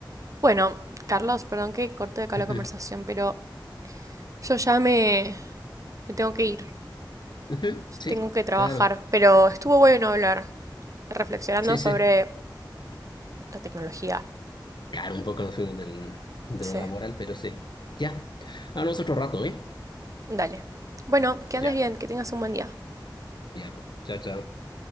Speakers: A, on the right; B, on the left.
A: Bueno, Carlos, perdón que corte acá
B: Ujú,
A: la conversación, pero yo ya me, me tengo que ir.
B: ujú, Sí,
A: Tengo que trabajar,
B: claro.
A: pero estuvo bueno hablar, reflexionando
B: Sí,
A: sobre
B: sí.
A: la tecnología.
B: Claro, un poco nos fuimos del, de
A: Sí,
B: lo laboral, pero sí. Ya. Hablamos otro rato, ¿eh?
A: dale. Bueno, que
B: Ya,
A: andes bien, que tengas un buen día.
B: ya pues. Chao, chao.